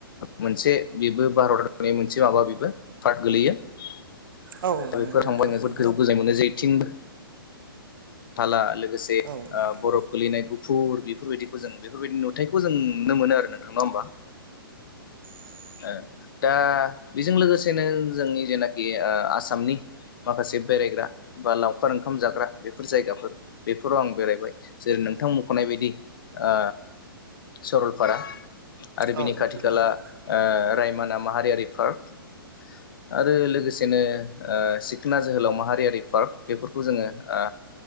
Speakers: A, on the left (about 65°); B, on the right (about 65°).
A: मोनसे बेबो भारतनि मोनसे माबा बेबो पार्ट गोलैयो दा
B: औ नंगौ
A: बेफोर थांबाय
B: नोंथां
A: आं जोबोद
B: नंगौ
A: गोजौ गोजाय मोनो जेथिंबो थाला लोगोसे
B: औ नंगौ
A: ओ
B: नोंथां
A: बरफ गोलैनाय गु फुर बेफोरबायदिखौ जों बेफोरबायदि नुथायखौ जों नुनो मोनो आरो नोंथां नङा होमबा
B: <inaudible>
A: ओ दा बेजों लोगोसेनो जोंनि जेनाखि ओ आसामनि माखासे बेरायग्रा बा लावखार ओंखाम जाग्रा बे बेफोर जायगाफोर बेफोराव आं बेरायबाय जेरै नोंथां मखनाय बायदि ओ सरलपारा आरो बिनि
B: औ नंगौ
A: खाथि
B: नोंथां
A: खाला ओ रायमाना माहारियारि पार्क आरो लोगोसेनो ओ सिखना जोहोलाव माहारियारि पार्क बेफोरखौ जोङो ओ